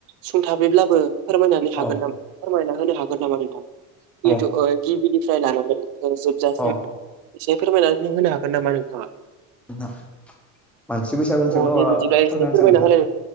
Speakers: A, on the right (about 60°); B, in the centre.
A: सुंथाबैब्लाबो फोरमायनानै हागोन
B: औ
A: नामा फोरमायना होनो हागोन नामा नोंथां जिहेथु
B: औ
A: गिबिनिफ्राय लानानै जोबजासिम
B: औ
A: एसे फोरमायनानै होनो हागोन नामा नोंथाङा?
B: नोंथां मानसि बैसागुनि
A: अ
B: सायाव न‌
A: दे
B: ओ
A: बिदिब्ला एसे
B: फोरमायनाहोनोसै
A: फोरमायना
B: आं नोंथां
A: होलाय